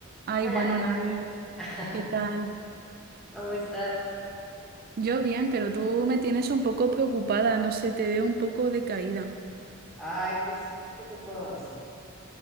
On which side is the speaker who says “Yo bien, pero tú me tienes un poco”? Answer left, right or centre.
Right